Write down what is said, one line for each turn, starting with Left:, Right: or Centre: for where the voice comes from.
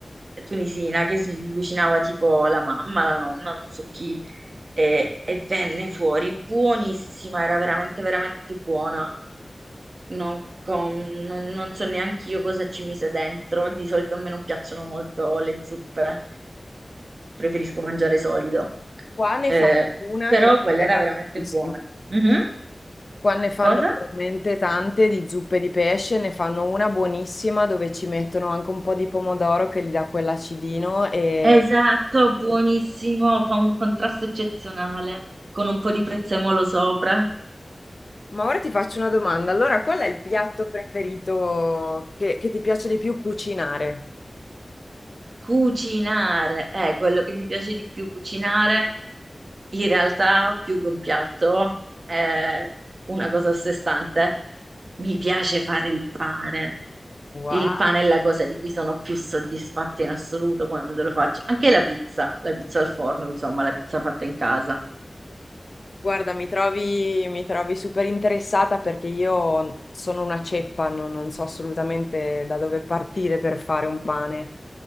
Right: tunisina che si cucinava tipo la mamma, la nonna, non so chi, e, e venne fuori buonissima, era veramente, veramente buona. non, con- non- non so neanche io cosa ci mise dentro. Di solito a me non piacciono molto le zuppe, preferisco mangiare solido.
Left: Qua ne
Right: Eh,
Left: fanno una
Right: però
Left: che
Right: quella
Left: è
Right: era veramente
Left: buonissima.
Right: buona. Mhm.
Left: Qua ne fanno
Right: Cosa?
Left: veramente tante di zuppe di pesce, ne fanno una buonissima dove ci mettono anche un po' di pomodoro che gli dà quell'acidino e...
Right: Esatto, buonissimo, fa un contrasto eccezionale con un po' di prezzemolo sopra.
Left: Ma ora ti faccio una domanda. Allora, qual è il piatto preferito che, che ti piace di più cucinare?
Right: Cucinare è quello che mi piace di più cucinare. In realtà, più che un piatto, è una cosa a sé stante. Mi piace fare il pane.
Left: Wow.
Right: Il pane è la cosa di cui sono più soddisfatta in assoluto quando lo faccio. Anche la pizza, la pizza al forno, insomma, la pizza fatta in casa.
Left: Guarda, mi trovi, mi trovi super interessata perché io sono una ceppa, non, non so assolutamente da dove partire per fare un pane.